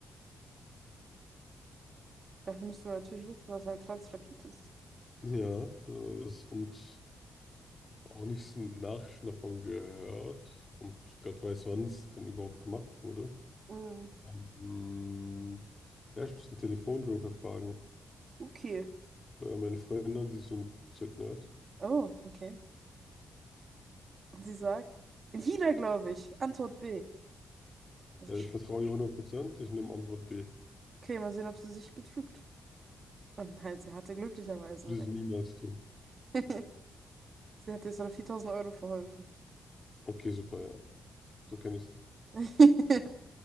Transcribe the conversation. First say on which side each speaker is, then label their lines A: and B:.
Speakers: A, on the right; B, on the left.
A: Dafür müssen wir natürlich wissen, was ein Transrapid ist.
B: Ja, äh, das, und auch nichts Nachrichten davon gehört. Und Gott weiß, wann es denn überhaupt gemacht wurde.
A: Mm,
B: Ähm, ja, ich muss einen Telefonjoker fragen.
A: okay.
B: So, ja, meine Freundin, an, sie ist so ein Flugzeugnerd.
A: Oh, okay. Und sie sagt, in China, glaube ich. Antwort B. Also,
B: Ja,
A: schade.
B: ich vertraue ihr hundert Prozent. ich nehme Antwort B.
A: okay, mal sehen, ob sie sich betrügt. Und nein, sie hatte glücklicherweise
B: Würde
A: recht.
B: sie niemals tun.
A: <laughs> Sie hat jetzt noch 4000 Euro verholfen.
B: Okay, super, ja. So kenne ich sie.
A: <laughs>